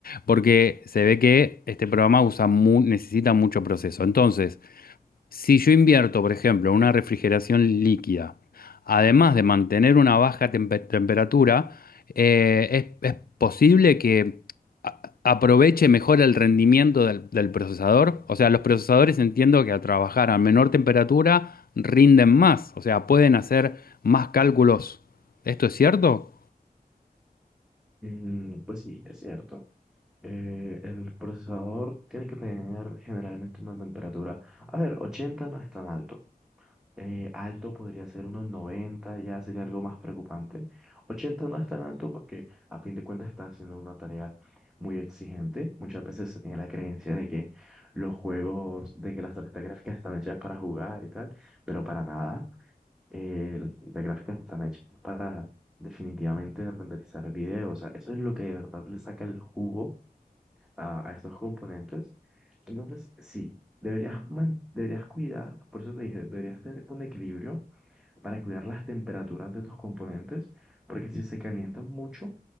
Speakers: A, on the left (about 70°); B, in the centre.
A: porque se ve que este programa usa mu- necesita mucho proceso. Entonces, si yo invierto, por ejemplo, en una refrigeración líquida, además de mantener una baja tempe- temperatura, eh, es, es posible que a- aproveche mejor el rendimiento del, del procesador. O sea, los procesadores entiendo que al trabajar a menor temperatura rinden más, o sea, pueden hacer más cálculos. ¿Esto es cierto?
B: Mm, pues sí, es cierto. Eh, el procesador tiene que tener generalmente una temperatura. A ver, 80 no es tan alto. Eh, alto podría ser unos noventa ya sería algo más preocupante. ochenta no es tan alto porque a fin de cuentas está haciendo una tarea muy exigente. Muchas veces se tiene la creencia de que los juegos, de que las tarjetas gráficas están hechas para jugar y tal, pero para nada. Eh, las tarjetas gráficas están hechas para definitivamente renderizar videos. O sea, eso es lo que de verdad le saca el jugo a, a estos componentes. Entonces, sí, deberías, man- deberías cuidar, por eso te dije, deberías tener un equilibrio para cuidar las temperaturas de tus componentes, porque si se calientan mucho,